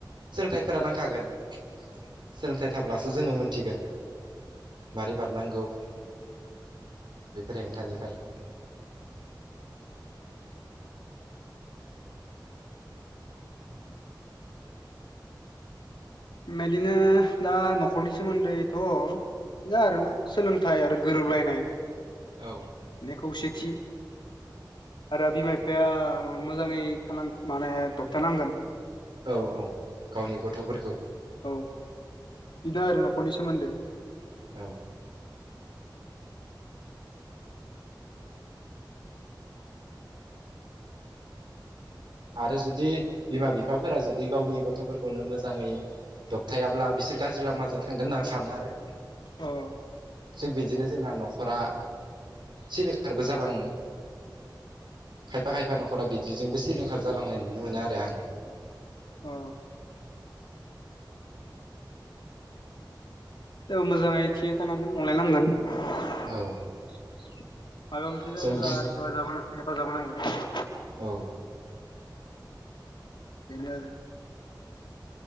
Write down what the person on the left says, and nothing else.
<inaudible> बेदिनो दा न'खरनि सोमोन्दैथ' जा आरोना। सोलोंथाइ आरो गोरोबलायनाय माने
खौसेथि आरो बिमा बिफाया मोजाङै थानां माने दबथाय नांगोन।
औ बिनो आरो न'खरनि सोमोन्दै।
औ
अ मोजाङै थियै थानांगोन अलायनांगोन। मायबा
मोनसे जायोब्ला
हफाजाब हेफाजाब होनांगोन।
बेनो आरो